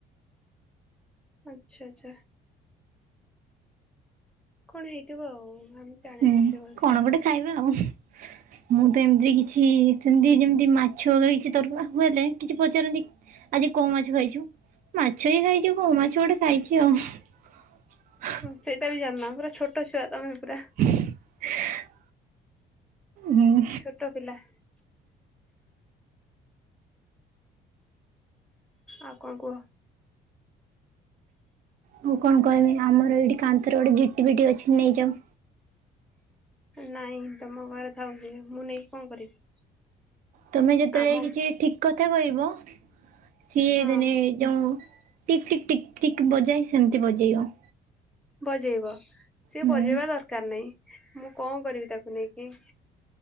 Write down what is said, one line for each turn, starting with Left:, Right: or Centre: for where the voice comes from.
Centre: ଆଚ୍ଛା, ଆଚ୍ଛା। କଣ ହେଇଥିବ ଆଉ ନା ମୁଁ ଜାଣିନି
Right: ହୁଁ
Centre: ଏତେ ଭଲସେ।
Right: କଣ ଗୋଟେ ଖାଇବା ଆଉ ମୁଁ ତ ଏମତିରେ କିଛି ସେମିତି ଯେମିତି ମା <unintelligible> ହେଲେ କିଛି ପଚାରନ୍ତି। ଆଜି କୋଉ ମାଛ ଖାଇଛୁ ମାଛ ହିଁ ଖାଇଛି କୋଉ ମାଛ। କିଛି ଗୋଟେ ଖାଇଛି ଆଉ।
Centre: ହଁ ସେଇଟା ବି ଜାଣିନ ପୁରା ଛୋଟ ଛୁଆ ତମେ ପୁରା।
Right: <unintelligible> ହୁଁ
Centre: ଛୋଟ ପିଲା। ଆଉ କଁ କୁହ?
Right: ମୁଁ କଣ କହିମି ଆମର ଏଇଠି କାନ୍ଥର ଗୋଟେ ଝିଟି ପିଟି ଅଛି ନେଇଯାଅ।
Centre: ନାଇଁ ତମ ଘରେ ଥାଉ ସିଏ ମୁଁ ନେଇକି କଁ କରିବି।
Right: ତମେ ଯେତେବେଳେ
Centre: ଆମ
Right: କିଛି ଠିକ୍ କଥା କହିବ ସିଏ
Centre: ହଁ
Right: ମାନେ। ଯେଉଁ ଟିକ୍, ଟିକ୍, ଟିକ୍, ଟିକ୍ ବଜାଏ ସେମିତି ବଜେଇବ।
Centre: ବଜେଇବ ସିଏ
Right: ହୁଁ
Centre: ବଜେଇବା ଦରକାର ନାହିଁ, ମୁଁ କଁ କରିବି ତାକୁ ନେଇକି।